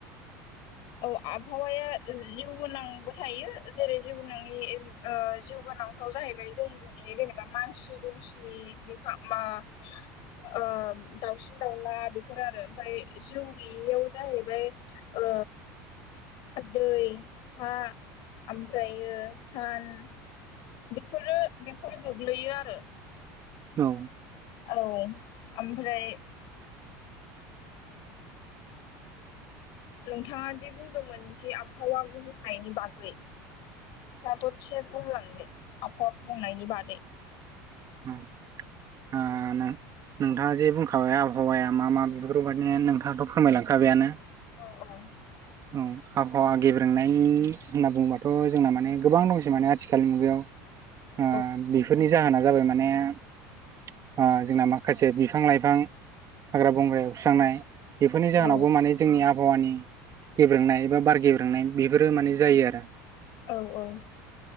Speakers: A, on the left; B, on the right.
A: औ आफावाया जिउ गोनांबो थायो जेरै जिवनङि ए ओ गोनांफ्राव जाहैबाय जों जेनेबा मानसि दुमसि बिफां मा ओ ओ दाउसिन-दाउला बेफोर आरो ओमफाय जिउ गैयैयाव जाहैबाय ओ दै, हा ओमफ्रायो सान, बेफोरो बेफोर गोग्लैयो आरो
B: औ
A: औ ओमफ्राय नोंथाङा दि बुंदोंमोन कि आफावा गुबुंनायनि बागै दाथ' थे बुंलांदो आफावा गुबुंनायनि बादै
B: ओम ओ नों नोंथाङा जे बुंखाबाय आबहावाया मा मा बेफोरबायादि नोंथाङाथ' फोरमायलांखाबायानो
A: अ अ अ
B: औ आबहावा गेब्रेंनाय होनना बुङोबाथ' जोंना माने गोबां दंसै माने आथिखालनि मुगायाव ओ
A: औ
B: बेफोरनि जाहोना जाबाय माने ओ जोंना माखासे बिफां लाइफां हाग्रा बंग्रायाव एवस्रांनाय बेफोरनि जाहोनावबो
A: औ
B: माने जोंनि आबहावानि गेब्रेंनाय एबा बार गेब्रेंनाय बेफोरो माने जायो आरो
A: औ औ